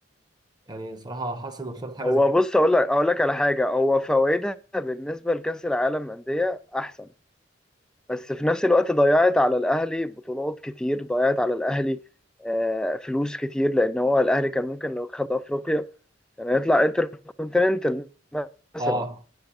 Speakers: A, on the right; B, in the centre.
A: يعني صراحة حاسس إن خسارة حاجة
B: هو
A: زي كده
B: بص اقول لك اقول لك على حاجة هو فوائدها بالنسبة لكأس العالم أندية احسن بس في نفس الوقت ضيعت على الاهلي بطولات كتير ضيعت على الاهلي آه، فلوس كتير لان هو الاهلي كان ممكن لو خد افريقيا كان يطلع انتر كونتيننتال مثلا
A: آه